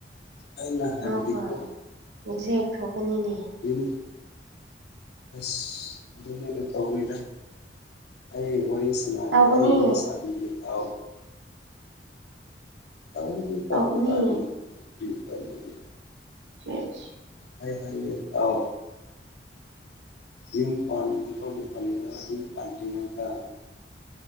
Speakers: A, on the left (about 65°); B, on the right (about 70°).
A: ꯑꯩꯅ ꯍꯥꯏꯕꯗꯤꯀꯣ
B: <unintelligible> ꯊꯣꯛꯄꯅꯤꯅꯦ
A: ꯌꯨꯝ ꯑꯁ ꯑꯗꯨꯃꯥꯏꯅ ꯇꯧꯔꯤꯗ ꯑꯩ ꯋꯥꯔꯤ ꯁꯥ
B: ꯇꯧꯒꯅꯤ
A: ꯑꯩ ꯋꯥꯔꯤ ꯁꯥꯕꯤꯒꯦ ꯇꯥꯎ ꯇꯧꯕꯨꯗꯤ ꯇꯧꯏ
B: ꯇꯧꯒꯅꯤ
A: <unintelligible>
B: ꯌꯦꯁ
A: ꯑꯩ ꯍꯥꯏꯌꯦ ꯇꯥꯎ ꯌꯨꯝ ꯄꯥꯟꯗꯤꯐꯥꯎ ꯃꯇꯝꯗ ꯌꯨꯝ ꯄꯥꯟꯗ꯭ꯔꯤꯉꯩꯗ